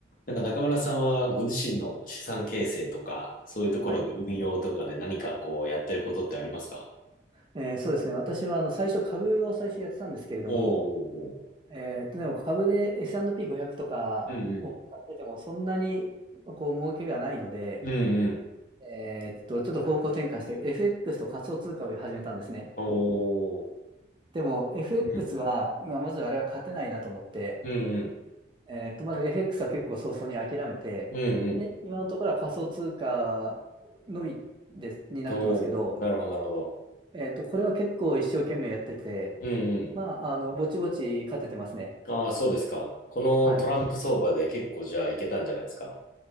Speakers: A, on the left (about 50°); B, on the right (about 25°).
A: なんか中村さんはご自身の資産形成とか、そういうところで運用とかで何かこうやってることってありますか
B: はい。えーそうですね。私は、あの、最初、株を最初やってたんですけれども、
A: おーおーおー。
B: えーと、でも株で S&P500 とかを買ってても、
A: うんうん。
B: そんなに、こう、儲けがないので、
A: うんうん。
B: えーと、ちょっと方向転換して、FX と仮想通貨を始めたんですね。
A: おー。
B: でも、FX
A: うん。
B: は、まあ、まずあれは勝てないなと思って、
A: うんうん。
B: えーと、まず FX は結構早々に諦めて、
A: うんうん。
B: で、今のところは仮想通貨のみです、になってますけど、
A: おー。なるほど、なるほど。
B: えーと、これは結構一生懸命やってて、
A: うんうん。
B: まあ、あの、ぼちぼち勝ててますね。
A: ああ、そうですか。このトランプ相場で結構じゃあいけたんじゃないですか。
B: はい。